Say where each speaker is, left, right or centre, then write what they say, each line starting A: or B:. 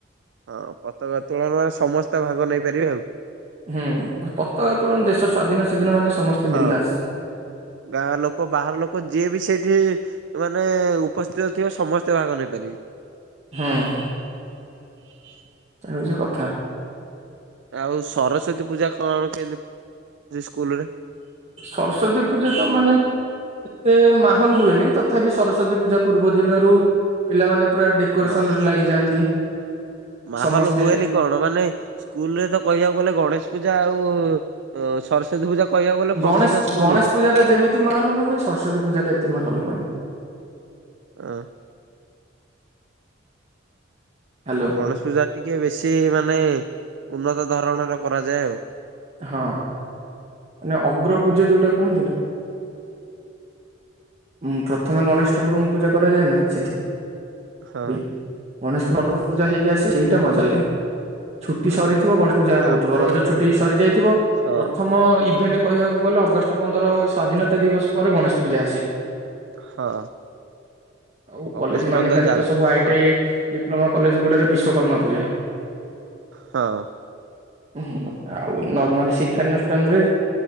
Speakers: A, on the right (about 60°); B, on the right (about 35°).
A: ହଁ ପତାକା ଉତ୍ତୋଳନରେ ସମସ୍ତେ ଭାଗ ନେଇପାରିବେ ଆଉ।
B: ହୁଁ ପ-ପତକା ଉତ୍ତୋଳନ ଦେଶ ସ୍ଵାଧୀନ ସେଦିନ ମାନେ ସମସ୍ତେ
A: ହଁ।
B: ବିନ୍ଦାସ।
A: ଗାଁ ଲୋକ, ବାହାର ଲୋକ ଯିଏ ବି ସେଇଠି ମାନେ ଉପସ୍ଥିତ ଥିବେ, ସମସ୍ତେ ଭାଗ ନେଇପାରିବେ।
B: ହଁ।
A: <inaudible>
B: ତାହା ହଉଚି କଥା।
A: ଆଉ ସରସ୍ଵତୀ ପୂଜା କଣ କେମିତି ସ୍କୁଲ ରେ
B: ସରସ୍ଵତୀ ପୂଜା ତ ମାନେ ଏତେ ମାହୋଲ ହୁଏନି ତଥାପି ସରସ୍ଵତୀ ପୂଜା ପୂର୍ବ ଦିନରୁ ପିଲାମାନେ ପୁରା ଡେକୋରେସନ
A: ମାହ
B: ରେ ଲାଗିଯାଆନ୍ତି।
A: ମାହୋଲ
B: ସମସ୍ତେ
A: ହୁଏନି କଣ ମାନେ ସ୍କୁଲରେ ତ କହିବାକୁ ଗଲେ ଗଣେଶ ପୂଜା ଆଉ ଉ ସରସ୍ଵତୀ ପୂଜା। କହିବାକୁ ଗଲେ
B: ଗଣେଶ
A: ପ୍ରସିଦ୍ଧ ସ୍କୁଲରେ।
B: ଗଣେଶ ପୂଜାଟା ଯେମିତି ମାହଲ ହୁଏ ସରସ୍ଵତୀ ପୂଜାଟା ଏତେ ମାହଲ ହୁଏନି।
A: ଏ
B: ହ୍ୟାଲୋ
A: ଗଣେଶ ପୂଜା ଟିକେ ବେଶୀ ମାନେ ଉନ୍ନତ ଧରଣର କରାଯାଏ ଆଉ।
B: ହଁ ମ ଅଗ୍ର ପୂଜା ଯୋଉଟା କୁହନ୍ତି ନା। ଉଁ ପ୍ରଥମେ ଗଣେଶ ଠାକୁରଙ୍କୁ ପୂଜା କରାଯାଏ ନା ସେଥି
A: ହଁ
B: ପାଇଁ। ଗଣେଶ ପ୍ରଥମ ପୂଜା ହେଇକି ଆସେ ସେଇଟା ମଜା ଲାଗେ। ଛୁଟି
A: ହଁ
B: ସରିଥିବ ଗଣେଶ ପୂଜା
A: ତାପରେ
B: ହଉଥିବ ରଜ ଛୁଟି ସରି ଯାଇଥିବ
A: ହଁ
B: ପ୍ରଥମ ଇଭି ସେମତି କହିବାକୁ ଗଲେ ଅଗଷ୍ଟ ପନ୍ଦର ସ୍ଵାଧୀନତା ଦିବସ ପରେ ଗଣେଶ ପୂଜା ଆସେ।
A: ହଁ
B: ଆଉ
A: ଅଗଷ୍ଟ
B: କଲେଜ ମାନିଙ୍କରେ
A: ପନ୍ଦର ଜାନ
B: ତ ସବୁ ଆଇ
A: ହଁ
B: ଟି ଆଇ ଡିପ୍ଲମା କଲେଜ ଗୁଡ଼ାରେ ବିଶ୍ୱକର୍ମା ପୂଜା।
A: ହଁ।
B: ହୁଁ ଆଉ ନର୍ମାଲ ଶିକ୍ଷାନୁଷ୍ଠାନରେ